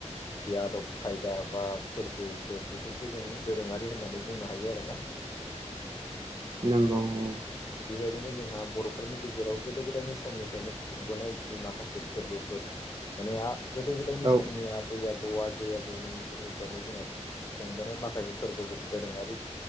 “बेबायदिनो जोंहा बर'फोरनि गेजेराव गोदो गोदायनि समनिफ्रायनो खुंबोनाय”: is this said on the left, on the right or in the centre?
Left